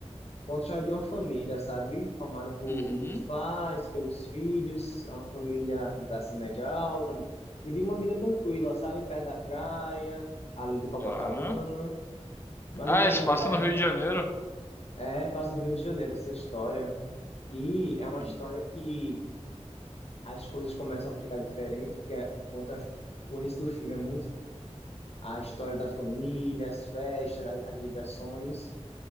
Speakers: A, on the left; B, on the left.
A: conta de uma família, sabe? Formada por,
B: Uhum.
A: pelos pais, pelos filhos, é uma família de classe média alta, que vive uma vida tranquila, sabe? Perto da praia, ali de Copacabana.
B: Tá.
A: Mas
B: Ah,
A: o que acontece
B: se passa no Rio de Janeiro.
A: é, passa no Rio de Janeiro essa história. E é uma
B: Uhum.
A: história que as coisas começam a ficar diferentes, porque conta o início do filme é muito a história da família, as festas, as, as diversões.